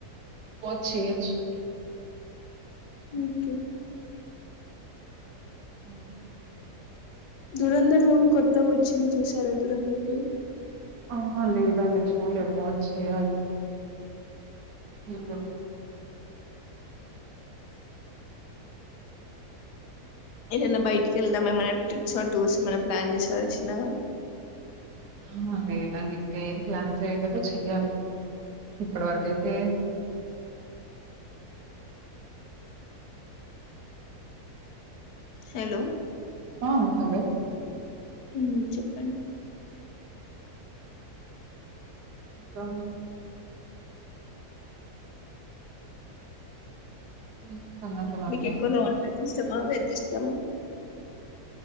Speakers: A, on the right; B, on the left.
A: <unintelligible> చేయచ్చు
B: ఓకే
A: ఉ
B: దూరందర్ మూవీ కొత్త వచ్చింది చూసార దూరందర్ టు
A: ఆహా లేదండి చూడలేదు వాచ్ చెయాలి ని కూడా
B: ఏదైనా బయటికి వెళ్దామ ఏమైన్నా ట్రిప్స్ ఆర్ టూర్స్ ఏమైనా ప్లాన్ చేస్తారా చిన్నగా
A: ఆ లేదండి ఇంకా ఏం ప్లాన్ చేయలేదో చెయ్యాలి ఇప్పటి వరక అయితే
B: హలో
A: ఆ హలో
B: ఉ చెప్పండి
A: కా ఏం సంగతులండి
B: మీకు ఎక్కువ నాన్ వెజ్ ఇష్టమా వెజ్ ఇష్టమా